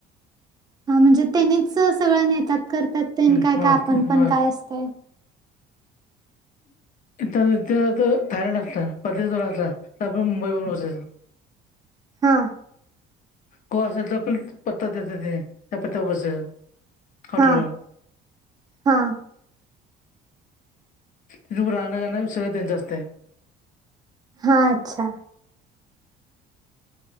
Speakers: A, on the right; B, on the left.
A: हा म्हणजे त्यांनीच सगळं नेतात करतात ते
B: हं,
A: काय
B: होय
A: काय आपण
B: ते
A: पण
B: होय
A: काय असतंय?
B: तिथं <unintelligible> थायलंड असतं प असला तर आपण मुंबईवरून बसायचं.
A: हा.
B: को असेल तर पण पत्ता देत तेनी त्या पत्यावर बसायचं. हॉटेलवर
A: हा हा.
B: तिथं राहण्या खाणं सगळं त्यांच असतेय.
A: हा अच्छा.